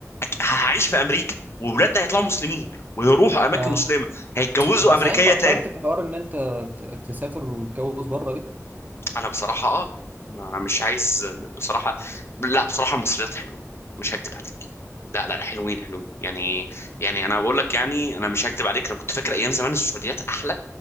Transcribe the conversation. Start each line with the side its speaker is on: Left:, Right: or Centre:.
Left: أك- هعيش في امريكا وولادنا هيطلعوا مسلمين ويروحوا اماكن
Right: اه
Left: مسلمه هيتجوزوا
Right: انت صحيح
Left: امريكيه
Right: فكرت
Left: تاني
Right: في حوار ان انت ت- تسافر وتتجوز بره دي
Left: انا بصراحه اه ما انا مش عايز بصراحه لا بصراحه المصريات حلوين مش هكدب عليك لا لا لا، حلوين حلوين يعني يعني انا بقول لك يعني انا مش هكدب عليك انا كنت فاكر ايام زمان السعوديات احلى